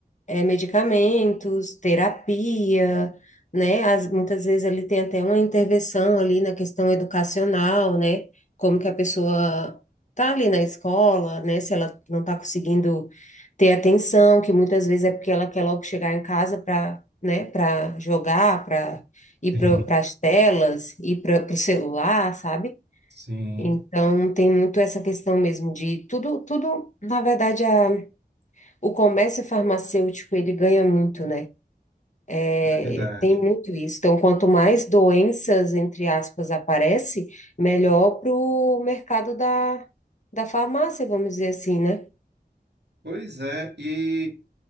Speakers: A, on the left; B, on the right.
A: é, medicamentos, terapia, né? As- muitas vezes ali tem até uma intervenção ali na questão educacional, né? Como que a pessoa tá ali na escola, né? Se ela não está conseguindo ter atenção, que muitas vezes é porque ela quer logo chegar em casa para, né? Para jogar, para ir
B: Sim,
A: para as telas, ir para o celular, sabe?
B: sim.
A: Então tem muito essa questão mesmo de tudo, tudo, na verdade, a o comércio farmacêutico, ele ganha muito, né? É,
B: Verdade.
A: tem muito isso. Então, quanto mais doenças, entre aspas, aparece, melhor para o mercado da, da farmácia, vamos dizer assim, né?
B: Pois é, e